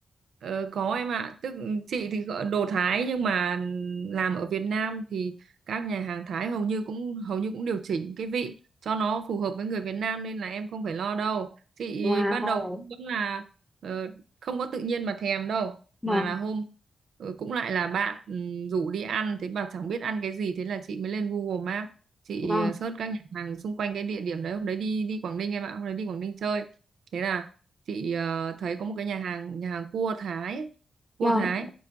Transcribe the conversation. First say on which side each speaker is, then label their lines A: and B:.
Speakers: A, on the right; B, in the centre.
A: Ờ, có em ạ, tức ừ, chị thì gọi đồ Thái nhưng mà làm ở Việt Nam thì các nhà hàng Thái hầu như cũng hầu như cũng điều chỉnh cái vị cho nó phù hợp với người Việt Nam nên là em không phải lo đâu. Chị
B: Wow.
A: ban đầu cũng vẫn là ờ, không có tự nhiên mà thèm đâu,
B: Vâng,
A: mà là hôm ờ, cũng lại là bạn ừm, rủ đi ăn thế mà chẳng biết ăn cái gì thế là chị mới lên Google Maps, chị
B: vâng,
A: ờ, search các nhà hàng xung quanh cái địa điểm đấy hôm đấy đi đi Quảng Ninh em ạ, hôm đấy đi Quảng Ninh chơi. Thế là chị ờ, thấy có một cái nhà hàng nhà hàng cua Thái ấy, cua
B: vâng.
A: Thái